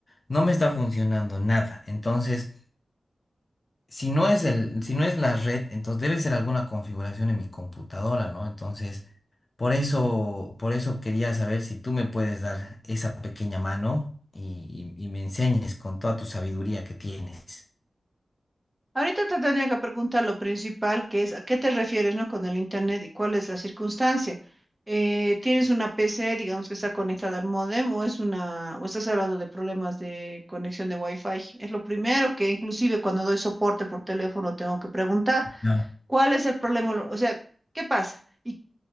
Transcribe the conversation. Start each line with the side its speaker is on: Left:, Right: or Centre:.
Left: no me está funcionando nada. Entonces si no es el, si no es la red, entonces debe ser alguna configuración en mi computadora, ¿no? Entonces, por eso, por eso quería saber si tú me puedes dar esa pequeña mano y, y- y me enseñes con toda tu sabiduría que tienes.
Right: Ahorita te tenía que preguntar lo principal, que es a qué te refieres, ¿no? con el internet y cuál es la circunstancia. Eh, ¿tienes una PC, digamos, que está conectada al módem o es una o estás hablando de problemas de conexión de Wi-Fi? Es lo primero que inclusive cuando doy soporte por teléfono tengo que preguntar,
Left: Ya,
Right: ¿cuál es el problema? Lo- O sea, ¿qué pasa? ¿Y